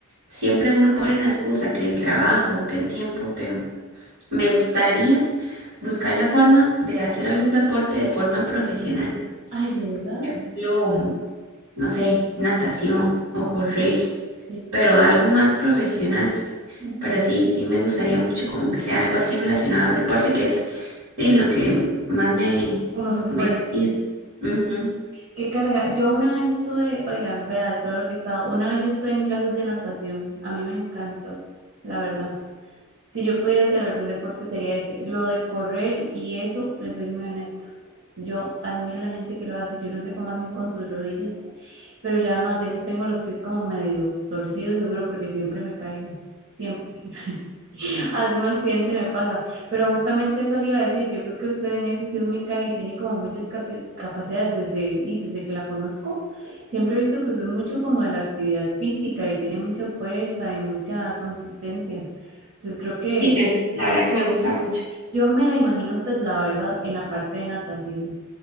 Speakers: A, on the right (about 70°); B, on the right (about 50°).
A: siempre uno pone una excusa, que el trabajo o que el tiempo, pero me gustaría buscar la forma de hacer algún deporte de forma profesional.
B: Ay, de verdad.
A: ejemplo, no sé, natación o correr,
B: Sí.
A: pero algo más profesional.
B: Ujú.
A: Pero sí, sí me gustaría mucho como que sea algo así relacionado al deporte, que es de lo que más me,
B: Como su fuerte.
A: me he metido. Ujú.
B: Qué carga. Yo una vez estuve, oiga, vea, de todo lo que he estado, una vez yo estuve en clases de natación. A mí me encantó, la verdad. Si yo pudiera hacer algún deporte sería ese. Lo de correr y eso, le soy muy honesta. Yo admiro a la gente que lo hace. Yo no sé cómo hacen con sus rodillas, pero yo además de eso tengo los pies como medio torcidos seguro porque siempre me caigo. Siempre, siempre. <laughs> Algún accidente me pasa. Pero justamente eso le iba a decir. Yo creo que usted en eso sí es muy carga y tiene como muchas capi- capacidades desde, di, desde que la conozco. Siempre he visto que usted es mucho como de la actividad física y tiene mucha fuerza y mucha consistencia. Entonces creo que
A: Sí, me gusta, la verdad que me gusta mucho.
B: yo me la imagino a usted, la verdad, en la parte de natación.